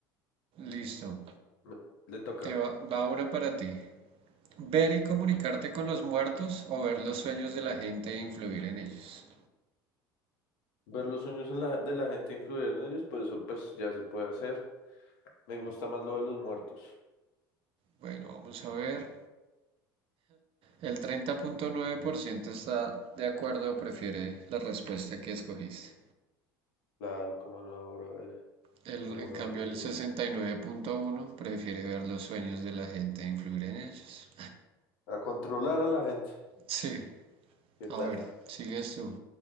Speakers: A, on the right; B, on the left.
A: Listo.
B: Me- Le toca
A: Te va, va una para ti. Ver y comunicarte con los muertos o ver los sueños de la gente e influir en ellos.
B: ver los sueños en la, de la gente, influir en ellos, pues eso pues ya se puede hacer. Me gusta más lo de los muertos.
A: Bueno, vamos a ver. El treinta punto nueve por ciento está de acuerdo o prefiere la respuesta que escogiste.
B: Claro, cómo no, brother.
A: El,
B: Cómo
A: en
B: no,
A: cambio,
B: mi niño.
A: el 69.1 prefiere ver los sueños de la gente e influir en ellos.
B: A controlar a la gente.
A: Sí,
B: ¿Qué tal?
A: a ver, sigues tú.